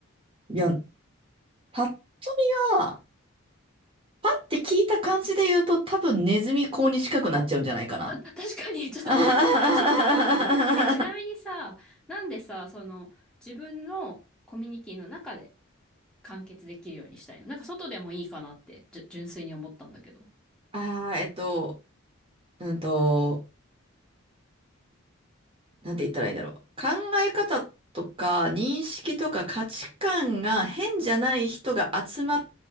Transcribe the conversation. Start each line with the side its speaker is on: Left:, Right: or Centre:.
Right: いや、パッと見は、パッて聞いた感じで言うと、多分ネズミ講に近くなっちゃうんじゃないかな。
Centre: あ、確かに、
Right: <laughs>
Centre: <laughs> ちょっと待って、
Right: あ
Centre: ちょっと待って、危ない危ない。え、ちなみにさ、なんでさ、その、自分のコミュニティの中で完結できるようにしたいのなんか外でもいいかなって、じゅ、純粋に思ったんだけど。
Right: あ、えっと、うんと、なんて言ったらいいんだろう。考え方とか認識とか価値観が変じゃない人が集まっ